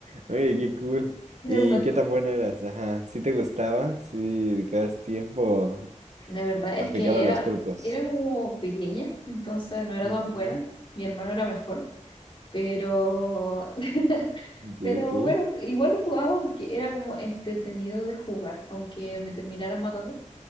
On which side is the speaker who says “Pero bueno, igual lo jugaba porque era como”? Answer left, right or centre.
Left